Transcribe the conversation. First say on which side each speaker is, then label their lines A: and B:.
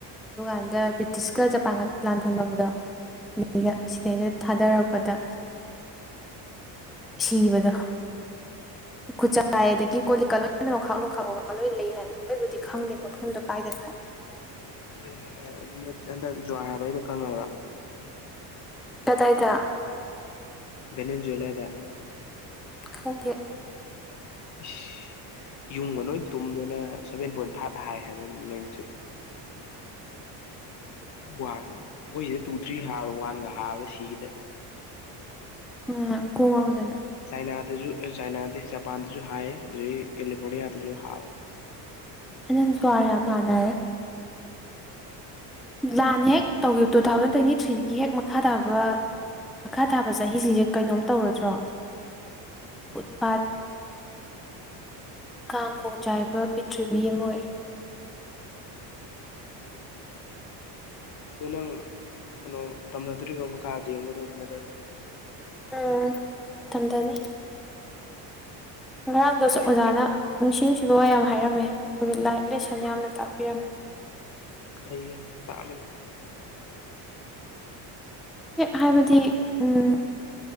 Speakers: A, in the centre; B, on the left.
A: ꯑꯗꯨꯀꯥꯟꯗ ꯕ꯭ꯔꯤꯇꯤꯁꯀ ꯖꯄꯥꯟꯒ ꯂꯥꯟ ꯊꯣꯛꯅꯕꯗꯣ ꯗꯩꯅ ꯁꯤꯗꯩꯅ
B: ꯎꯝ
A: ꯊꯥꯗꯔꯛꯄꯗ ꯁꯤꯕꯗ ꯈꯨꯁꯥꯏ ꯑꯗꯥꯒꯤ ꯀꯣꯜ ꯂꯤꯛꯀ ꯂꯣꯏꯅ ꯅꯣꯡꯈꯥ ꯂꯣꯡꯈꯥꯛ ꯂꯣꯡꯉꯥ ꯂꯣꯏ ꯂꯩ ꯍꯥꯏꯕ ꯑꯩꯕꯨꯗꯤ ꯈꯪꯗꯦ ꯃꯐꯝꯗꯣ ꯀꯥꯏꯗꯅꯣ ꯍꯥꯏꯕ
B: ꯑꯗꯨꯅꯦ ꯍꯥꯏꯕ <unintelligible> ꯍꯟꯗꯛ ꯖꯋꯥꯔ ꯍꯥꯕꯒꯤꯗꯣ ꯈꯪꯉꯕ꯭ꯔꯥ
A: ꯀꯗꯥꯏꯗ
B: ꯕꯔꯦꯟ ꯖꯣꯏꯂꯔꯗ
A: ꯈꯪꯗꯦ
B: ꯏꯁ ꯌꯨꯡꯒ ꯂꯣꯏ ꯇꯨꯝꯗꯅ ꯁꯚꯦꯟ ꯄꯣꯏꯟ ꯐꯥꯏꯚ ꯍꯥꯏ ꯍꯥꯏꯕ ꯃ‌ꯦꯛꯅꯤꯇ꯭ꯌꯨꯠ ꯋꯥꯡꯉꯦꯕ ꯑꯩꯈꯣꯏ ꯁꯤꯗ ꯇꯨ ꯊ꯭ꯔꯤ ꯍꯥꯕꯗ ꯋꯥꯟꯒ ꯍꯕꯗ ꯁꯤꯒ‌ꯦ ꯇꯧꯋꯤ
A: ꯑꯣ ꯀ‌ꯣꯛꯉꯥꯎꯗꯅ
B: ꯆꯥꯏꯅꯥꯗꯁꯨ ꯆꯥꯏꯅꯥ ꯅꯠꯇꯦ ꯖꯄꯥꯟꯗꯁꯨ ꯍꯥꯏ ꯑꯗꯨꯗꯒꯤ ꯀꯦꯂꯤꯐꯣꯔꯅꯤꯌꯥꯗꯁꯨ ꯍꯥꯕꯅꯤ
A: ꯍꯟꯗꯛꯁꯦ ꯖꯋꯥꯔ ꯌꯥꯝ ꯍꯥꯅꯔꯦ ꯂꯥꯟ ꯍꯦꯛ
B: ꯎꯝ
A: ꯇꯧꯈꯤꯕ ꯇꯨ ꯊꯥꯎꯖꯟ ꯇ꯭ꯋꯦꯟꯇꯤ ꯊ꯭ꯔꯤꯗꯒꯤ ꯍꯦꯛ ꯃꯈꯥ ꯇꯥꯕ ꯃꯈꯥ ꯇꯥꯕ ꯆꯍꯤꯁꯤꯡꯁꯦ ꯀꯩꯅꯣꯝ ꯇꯧꯔꯗ꯭ꯔꯣ
B: ꯎꯝ
A: ꯎꯠ ꯄꯥꯠ ꯀꯥꯡ ꯈꯣꯡ ꯆꯥꯏꯕ ꯄ꯭ꯔꯤꯊ꯭ꯤꯕꯤ ꯑꯃ ꯑꯣꯏꯔꯦ
B: ꯑꯗꯨ ꯅꯪ ꯀꯩꯅꯣ ꯇꯝꯊꯗꯧꯔꯤꯕꯣ ꯃꯈꯥꯗꯤ ꯗꯦꯝꯗ ꯑꯗꯨ ꯀꯃꯥꯏ ꯇꯧꯔꯦ
A: ꯎꯝ ꯇꯝꯗꯅꯤ ꯉꯔꯥꯡꯗꯨꯁꯨ
B: ꯀꯔꯤ
A: ꯑꯣꯖꯥꯅ ꯅꯨꯡꯁꯤ ꯅꯨꯡꯁꯤꯕ ꯋꯥ ꯌꯥꯝ ꯍꯥꯏꯔꯝꯃꯦ ꯂꯥꯏꯞ ꯂꯦꯁꯟ ꯌꯥꯝꯅ ꯇꯥꯛꯄꯤꯔꯝꯃꯤ
B: ꯀꯔꯤ ꯇꯥꯛꯑꯝꯃꯤꯅꯣ
A: ꯍꯥꯏꯕꯗꯤ ꯎꯝ